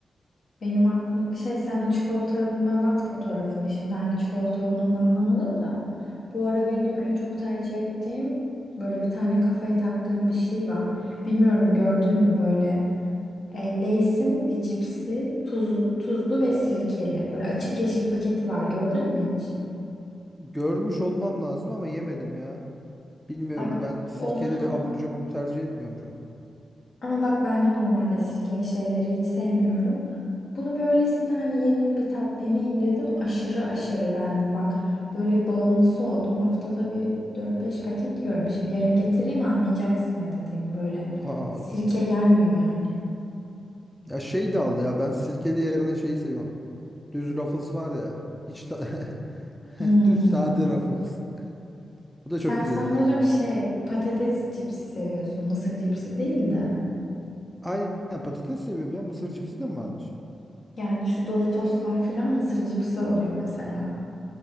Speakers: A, on the left; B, in the centre.
A: Benim aklım şey sen o çikolatanın bana at fotoğrafını şimdi hangi çikolata olduğunu anlamadım da. Bu ara benim en çok tercih ettiğim böyle bir tane kafayı taktığım bir şey var. Bilmiyorum gördün mü böyle e, Lay's'in bir cipsi tuz, tuzlu ve sirkeli böyle açık yeşil paketi var gördün mü hiç?
B: Görmüş olmam lazım ama yemedim ya. Bilmiyorum
A: Bak
B: ben sirkeli
A: onu
B: abur cubur tercih etmiyorum çok.
A: Ama bak ben de normalde sirkeli şeyleri hiç sevmiyorum. Bunu böylesine hani yeni bir tat deneyeyim dedim. Aşırı aşırı beğendim. Bak böyle bağımlısı oldum. Haftada bir dört beş paket yiyorum. Şimdi yarın getireyim anlayacaksın ne dediğim böyle.
B: Aa,
A: Sirke gelmiyor yani.
B: ya şey de al ya ben sirkeli yerine şeyi seviyorum. Düz Ruffles var ya. Hiç ta-
A: Hmm.
B: <laughs> düz sade Ruffles. Bu da
A: Sen
B: çok güzel
A: sanırım
B: oluyor.
A: şey patates cipsi seviyorsun. Mısır cipsi değil de.
B: Aynen patates seviyorum ya. Mısır cipsi de mi varmış?
A: Yani şu Doritoslar falan mısır cipsi oluyor mesela.